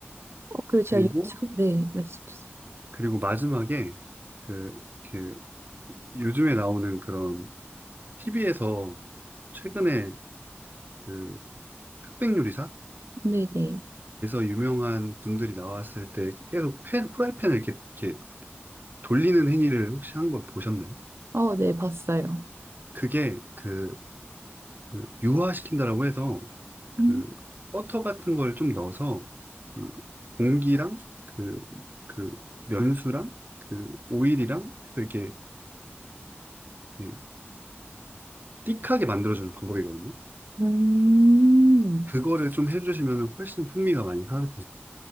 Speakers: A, on the right (about 75°); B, on the right (about 45°).
A: 그리고 제가
B: 그리고,
A: 유튜브, 네, 말씀 주세요.
B: 그리고 마지막에 그, 그, 요즘에 나오는 그런 TV에서 최근에 그 흑백요리사에서
A: 네, 네.
B: 유명한 분들이 나왔을 때 계속 팬, 프라이팬을 이렇게, 이렇게 돌리는 행위를 혹시 한 걸 보셨나요?
A: 어, 네, 봤어요.
B: 그게 그 그 유화시킨다라고 해서 그
A: 음.
B: 버터 같은 걸 좀 넣어서 그 공기랑 그, 그 면수랑 그 오일이랑 이렇게, 이렇게 띡하게 만들어주는 방법이거든요.
A: 음.
B: 그거를 좀 해주시면 훨씬 풍미가 많이 살아나요.